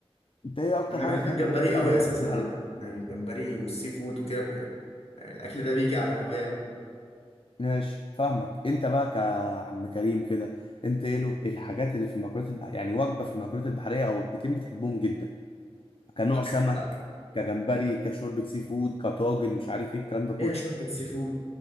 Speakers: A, on the left; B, on the left.
A: انت ايه اكتر
B: انا
A: حاجه
B: بحب
A: بتحب
B: الجمبري
A: تاكلها في
B: قوي
A: المأكولات
B: اساسا
A: البحريه
B: عامه يعني الجمبري والسي فود وكده بحب يعني الاكل ده بيجي على هواية قوي
A: ماشي فاهمك انت بقى كعم كريم كده انت ايه له الحاجات اللي في المأكولات البحريه يعني وجبه في المأكولات البحريه او وجبتين بتحبهم جدا كنوع
B: عارف
A: سمك كجمبري كشوربه سي فود كطاجن مش عارف ايه الكلام ده كله
B: هي شوربة سي فود